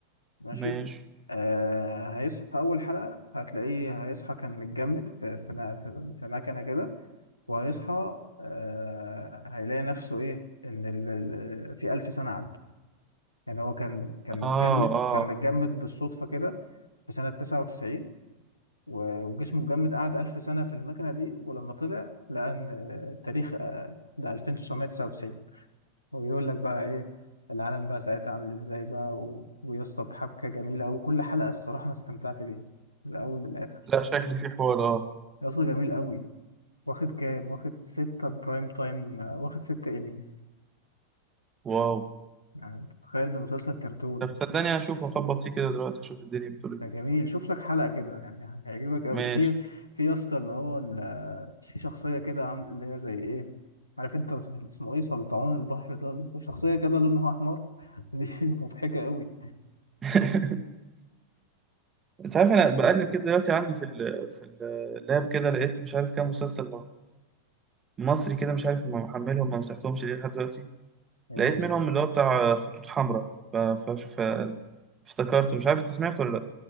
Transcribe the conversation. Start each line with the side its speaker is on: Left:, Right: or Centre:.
Left: ماشي
Right: ماشي
Left: آه هيصحى في أول حلقة هتلاقيه هيصحى كان متجمد في في ما- في في مكنة كده وهيصحى آه هيلاقي نفسه إيه إن ال- ال- في ألف سنة عدوا يعني هو كان كان متجمد
Right: اه اه
Left: كان متجمد بالصدفة كده في سنة 99 و- وجسمه اتجمد قعد ألف سنة في المكنة دي ولما طلع لقى إن آه، التاريخ آه، ده 2999 وبيقول لك بقى ايه العالم بقى ساعتها عامل ازاي بقى و... ويسطا بحبكه جميله قوي كل حلقه الصراحه انا استمتعت بيها من الاول للاخر
Right: لا شكلي في حوار اه
Left: يسطا جميل قوي واخد كام واخد ستة برايم تايم آه، واخد ستة ايميز
Right: واو
Left: يعني تخيل ده مسلسل كرتون
Right: طب صدقني هشوف اخبط فيه كده دلوقتي اشوف الدنيا بتقول ايه
Left: ده جميل شوف لك حلقه كده يعني هيعجبك قوي
Right: ماشي
Left: في في يسطا اللي هو ال... آه، في شخصيه كده عامل اللي هي زي ايه عارف انت اسمه ايه سلطعون البحر ده لسه شخصيه كده لونها احمر <laughs> دي مضحكه قوي
Right: <laughs> انت عارف انا بقلب كده دلوقتي عندي في ال في اللاب كده لقيت مش عارف كام مسلسل مصري كده مش عارف ما محملهم ما مسحتهمش ليه لحد دلوقتي
Left: ايه
Right: لقيت منهم اللي هو بتاع خطوط حمراء ف... ف... ف... افتكرته مش عارف انت سمعته ولا لا